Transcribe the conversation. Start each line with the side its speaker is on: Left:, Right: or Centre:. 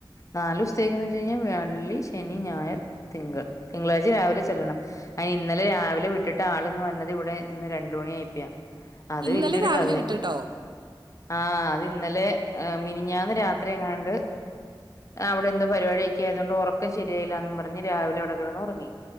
Left: നാല് സ്തേക്ക് ന്ന് വെച്ച കഴിഞ്ഞാൽ വെള്ളി ശനി ഞായർ തിങ്കൾ തിങ്കളാഴ്ച രാവിലെ ചെല്ലണം. അന് ഇന്നലെ രാവിലെ വിട്ടിട്ട് ആൾ ഇന്ന് വന്നത് ഇവിടെ ഇന്ന് രണ്ടു മണി അയപ്പിയാ. അത്
Right: ഇന്നലെ
Left: വല്യരു
Right: രാവിലെ
Left: കഥയ
Right: വിട്ടുട്ടോ
Left: ആ അത് ഇന്നലെ മിനിഞ്ഞാന്ന് രാത്രി എങ്ങാണ്ട് ആ അവിടെ എന്ത പരിപാടിയക്ക കഴിക്കാ ആയതുകൊണ്ട് ഉറക്കം ശരിയായില്ല എന്ന് പറഞ്ഞു. രാവിലെ അവിടെ കിടന്നുറങ്ങി.